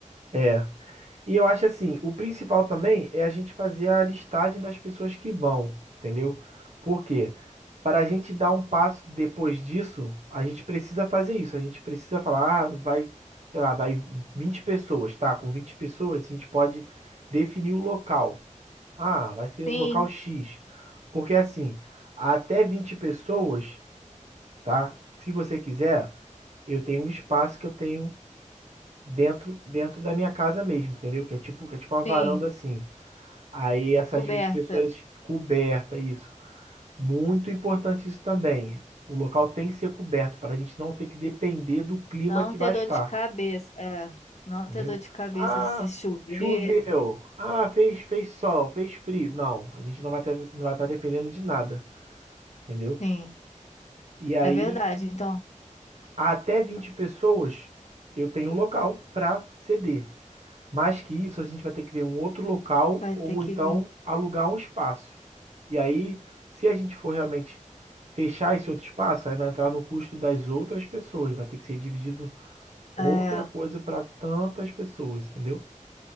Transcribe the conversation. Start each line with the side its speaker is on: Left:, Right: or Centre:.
Right: É. E eu acho assim, o principal também é a gente fazer a listagem das pessoas que vão, entendeu? Por quê? Para a gente dar um passo depois disso, a gente precisa fazer isso. A gente precisa falar, ah, vai, sei lá, vai 20 pessoas, tá? Com 20 pessoas, a gente pode definir o local. Ah, vai ser
Left: <laughs> Sim,
Right: no local X. Porque assim, até 20 pessoas, tá? Se você quiser, eu tenho um espaço que eu tenho dentro dentro da minha casa mesmo, entendeu? Que é tipo, que é tipo uma varanda
Left: sim.
Right: assim. Aí essas
Left: Coberta.
Right: 20 pessoas coberta isso. Muito importante isso também. O local tem que ser coberto para a gente não ter que depender do clima
Left: Não
Right: que
Left: ter
Right: vai estar,
Left: dor de cabeça. É, não
Right: entendeu?
Left: ter dor de cabeça
Right: Ah,
Left: de se chover.
Right: choveu. Ah, fez fez sol, fez frio. Não, a gente não vai ter, não vai estar dependendo de nada, entendeu?
Left: Sim,
Right: E aí
Left: é verdade. Então,
Right: até 20 pessoas eu tenho um local para ceder. Mais que isso, a gente vai ter que ver um outro local
Left: vai
Right: ou
Left: ter que
Right: então
Left: ver.
Right: alugar um espaço. E aí, se a gente for realmente fechar esse outro espaço, aí vai entrar no custo das outras pessoas. Vai ter que ser dividido outra
Left: É.
Right: coisa para tantas pessoas, entendeu?